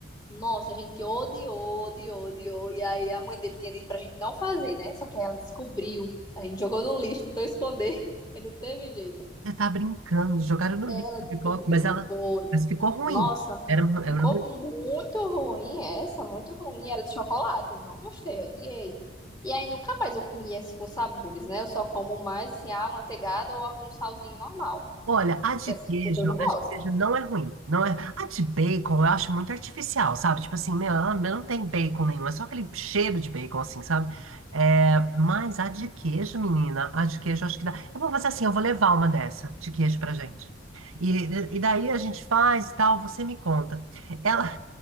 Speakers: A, on the left (about 20°); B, on the right (about 80°).
A: Nossa, a gente odiou, odiou, odiou. E aí a mãe dele tinha dito pra gente não fazer, né? Só que aí ela descobriu. A gente jogou no lixo, tentou esconder, <laughs> mas não teve jeito.
B: Você tá brincando. Jogaram no
A: Ela
B: lixo a
A: descobriu.
B: pipoca, mas ela
A: Foi.
B: mas ficou ruim.
A: Nossa,
B: Era, era
A: ficou
B: ruim.
A: muito ruim essa, muito ruim. Era de chocolate, eu não gostei, eu odiei. E aí nunca mais eu comi esses com sabores, né? Eu só como mais assim, a amanteigada ou a com salzinho normal,
B: Olha, a de
A: porque essas
B: queijo,
A: outras eu não gosto.
B: a de queijo não é ruim, não é. A de bacon eu acho muito artificial, sabe? Tipo assim, meu, ela não tem bacon nenhum, é só aquele cheiro de bacon, assim, sabe? É, mas a de queijo, menina, a de queijo eu acho que dá. Eu vou fazer assim, eu vou levar uma dessa de queijo pra gente. E, e daí a gente faz e tal, você me conta. Ela,